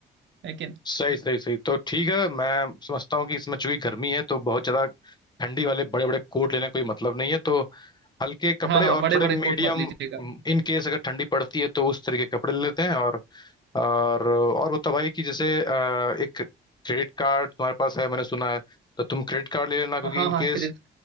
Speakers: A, on the right; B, on the left.
A: लेकिन
B: सही सही सही तो ठीक है मैं समझता हूँ कि इसमें चूंकि गर्मी है तो बहुत ज्यादा ठंडी वाले बड़े बड़े कोट लेने का कोई मतलब नहीं है तो हल्के कपड़े
A: हाँ हाँ
B: और
A: बड़े
B: थोड़े
A: बड़े
B: मीडियम
A: कोट मत लीजिएगा
B: इन केस अगर ठंडी पड़ती है तो उस तरीके के कपड़े ले लेते हैं और और और बताओ भाई कि जैसे अ, एक क्रेडिट कार्ड तुम्हारे पास है मैंने सुना है तो तुम क्रेडिट कार्ड ले लेना क्योंकि
A: हाँ
B: इन
A: हाँ
B: केस
A: क्रेडिट